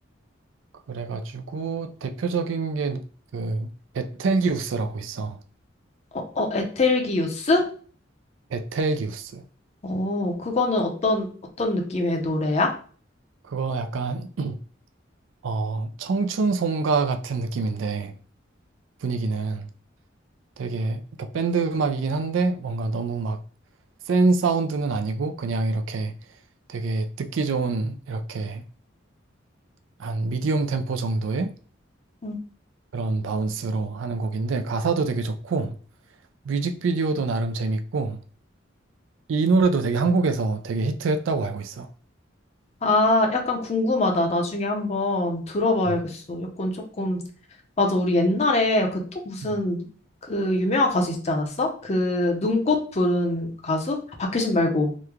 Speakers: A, on the right; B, on the left.
A: 그래가지고 대표적인 게 그 베텔기우스라고 있어.
B: 어, 어, 에텔기우스?
A: 베텔기우스.
B: 어, 그거는 어떤, 어떤 느낌의 노래야?
A: 그거 약간 <clears throat> 어, 청춘송가 같은 느낌인데 분위기는 되게 그러니까 밴드 음악이긴 한데 뭔가 너무 막 센 사운드는 아니고 그냥 이렇게 되게 듣기 좋은 이렇게 한 미디엄 템포 정도의
B: 응.
A: 그런 바운스로 하는 곡인데 가사도 되게 좋고 뮤직비디오도 나름 재밌고 이 노래도 되게 한국에서 되게 히트했다고 알고 있어.
B: 아, 약간 궁금하다. 나중에 한번 들어봐야겠어.
A: 음.
B: 약간 조금, 맞아. 우리 옛날에 그 또 무슨
A: 음.
B: 그 유명한 가수 있지 않았어? 그 눈꽃 부른 가수? 아, 박효신 말고.